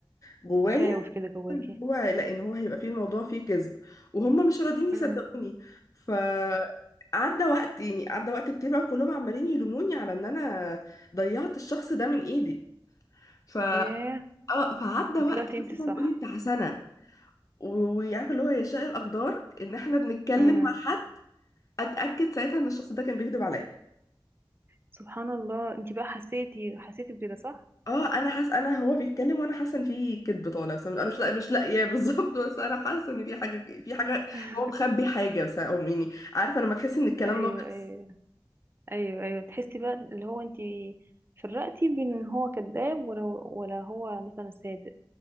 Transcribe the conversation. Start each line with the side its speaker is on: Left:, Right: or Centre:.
Left: جوايا
Right: مخاوف كده جواكي
Left: إن هو لا ان هو هيبقى فيه الموضوع فيه كذب وهم مش راضيين يصدقوني
Right: امم
Left: ف عدى وقت يعني عدى وقت كتير بقى كلهم عمالين يلوموني على ان انا ضيعت الشخص ده من ايدي ف
Right: ايه
Left: اه فعدى
Right: وطلعتي
Left: وقت
Right: انت
Left: مثلا
Right: صح
Left: قولي بتاع سنه و- وعارفه اللي هو يشاء الاقدار ان احنا بنتكلم
Right: امم
Left: مع حد اتاكد ساعتها ان الشخص ده كان بيكذب عليا
Right: سبحان الله انت بقى حسيتي حسيتي بكده صح
Left: اه انا حاسه انا هو بيتكلم وانا حاسه ان في كذب طالع بس انا مش لا مش لاقياه <laughs> بالظبط بس انا حاسه ان في حاجه في حاجه
Right: <laughs>
Left: هو مخبي حاجه بس او يعني عارفه لما تحس ان الكلام
Right: ايوه
Left: ناقص
Right: ايوه ايوه ايوه تحسي بقى اللي هو انت فرقتي بين ان هو كذاب ولا ولا هو مثلا صادق